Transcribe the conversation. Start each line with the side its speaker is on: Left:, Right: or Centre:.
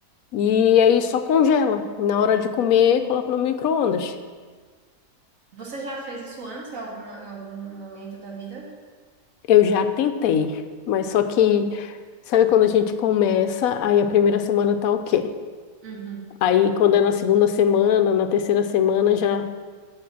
Left: e aí só congela. Na hora de comer, coloca no micro-ondas.
Right: Você já fez isso antes, em alguma, em algum momento da vida?
Left: Eu já tentei, mas só que, sabe quando a gente começa, aí a primeira semana tá ok.
Right: Uhum.
Left: Aí quando é na segunda semana, na terceira semana já